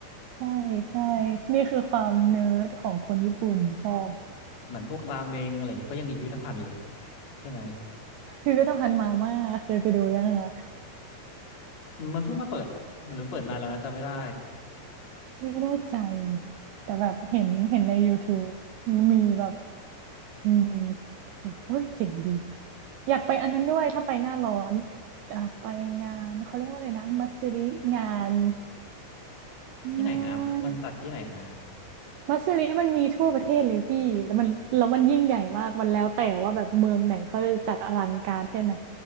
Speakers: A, on the right; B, on the left.
A: ใช่ใช่นี่คือความเนิร์ดของคนญี่ปุ่นชอบ
B: เหมือนพวกราเมงอะไรเงี้ยก็ยังมีพิพิธภัณฑ์เลยใช่ไหม
A: พิพิธภัณฑ์มาม่าเคยไปดูยังคะ
B: อืมมันเพิ่งมาเปิดมันเริ่มเปิดนานแล้วนะจำไม่ได้
A: ไม่แน่ใจอ่ะแต่แบบเห็นเห็นใน YouTube มีแบบอืมแบบเฮ้ยเจ๋งดีอยากไปอันนั้นด้วยถ้าไปหน้าร้อนเอ่อไปงานเขาเรียกว่าอะไรนะมัสริงาน
B: ที่ไหนนะมันจัดที่ไหนนะ
A: งานมัสริมันมีทั่วประเทศเลยพี่แล้วมันแล้วมันยิ่งใหญ่มากมันแล้วแต่ว่าแบบเมืองไหนเขาจะจัดอลังการแค่ไหน